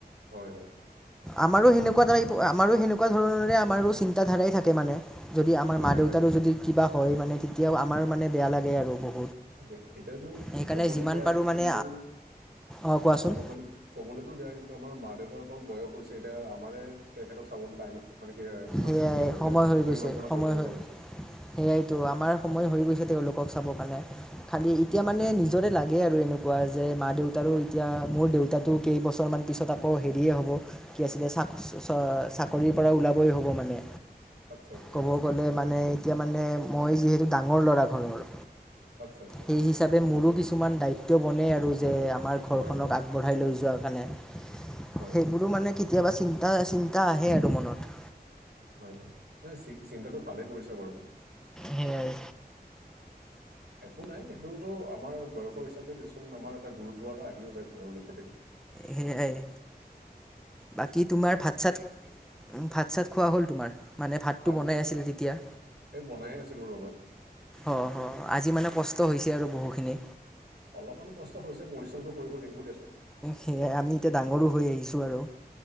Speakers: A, on the right (about 85°); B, in the centre.
A: হয় হয়।
B: আমাৰো সেনেকুৱা আমাৰো সেনেকুৱা ধৰণৰে আমাৰো চিন্তাধাৰাই থাকে মানে যদি আমাৰ
A: হয় তাকে
B: মা দেউতাৰো
A: তাকে
B: যদি কিবা হয় মানে তেতিয়াও আমাৰ মানে বেয়া লাগে আৰু বহুত
A: তাকে এতিয়ানো
B: সেইকাৰণে
A: কবলৈ
B: যিমান
A: বেয়া
B: পাৰোঁ মানে
A: কিন্তু
B: অঁ কোৱাচোন
A: ক'বলৈ কবলৈতো বেয়া কিন্তু আমাৰ মা দেউতাৰটো বয়স হৈছে এতিয়া আমাৰে তেখেতক চাবলৈ টাইমত মানে কি তোমাৰ
B: সেয়াই
A: কি বুলি কও
B: সময়
A: এতিয়া
B: হৈ গৈছে
A: পৰিকল্পনা
B: সময়
A: কৰিব লগীয়া
B: হৈ
A: হৈছে।
B: সেয়াইতো আমাৰ সময় হৈ গৈছে তেওঁলোক চাবৰ কাৰণে খালী এতিয়া মানে নিজৰে লাগে আৰু এনেকুৱা যে মা দেউতা ত এতিয়া নতুকে কেইবছৰমান পাছত আকৌ ছবিচ্ চাকৰিৰ পৰা ওলাবই হ'ব মানে
A: আচ্ছা আচ্ছা
B: ক'ব গ'লে মানে- এতিয়া মানে মই যিহেতু ডাঙৰ ল'ৰা ঘৰৰ
A: আচ্ছা আচ্ছা
B: সেই হিচাপাবে মোৰো কিছুমান দায়িত্ব বনে আৰু যে আমাৰ ঘৰখননক
A: হয় হয়
B: আগবঢ়াই লৈ যোৱা কাৰণে
A: হয়
B: সেইবোৰো মানে কেতিয়াবা চিন্তা চিন্তা আহে আৰু মনত-
A: হয় ন চিন্তাটো ভালে কৰিছা বাৰু
B: সেয়াই
A: একো নাই এইটোতো আমাৰ বয়সৰ হিচাপে দেচোন আমাৰ এটা গুৰুত্ব এটা আহিওঁ আছে ঘৰৰপতি-
B: সেয়াই বাকী তোমাৰ ভাত চাত ভাত চাত খোৱা হ'ল তোমাৰ মানে ভাতটো
A: ভাত
B: বনাই
A: এতিয়া
B: আছিল তেতিয়া
A: এই বনাইে আছিলো। ৰ'বা
B: অঁ হ আজি মানে কষ্ট হৈছে আৰু বহুখিনি
A: অলপমান কষ্ট হৈছে পৰিশ্ৰমটো কৰিব লাগিব দিয়াচোন
B: সেয়াই আমি এতিয়া ডাঙৰো হৈ আহিছো। আৰু